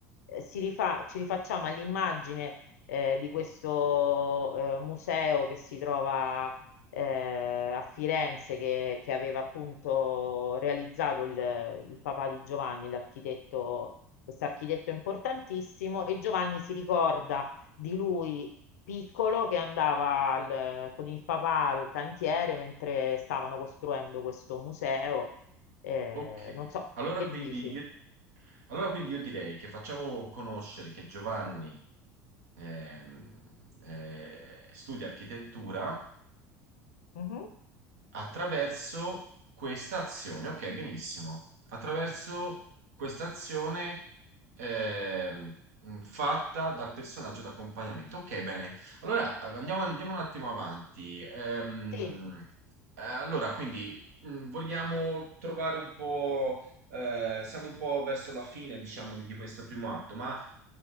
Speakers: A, on the left; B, on the right.
A: eh, si rifà- ci rifacciamo all'immagine eh, di questo eh, museo che si trova eh, a Firenze, che, che aveva appunto realizzato il, il papà di Giovanni, l'architetto, questo architetto importantissimo, e Giovanni si ricorda di lui piccolo che andava al- con il papà al cantiere mentre stavano costruendo questo museo. Eh,
B: Ok,
A: non so,
B: allora
A: che
B: quindi
A: dici?
B: io, allora quindi io direi che facciamo conoscere che Giovanni ehm, eh, studia architettura
A: Mhm.
B: attraverso questa azione. Ok, benissimo. Attraverso questa azione ehm, mh, fatta dal personaggio d'accompagnamento. Ok, bene. Allora eh, andiamo, andiamo un attimo avanti. Ehm,
A: Sì.
B: eh, allora, quindi mh, vogliamo trovare un po'. eh, siamo un po' verso la fine, diciamo, di, di questo primo atto, ma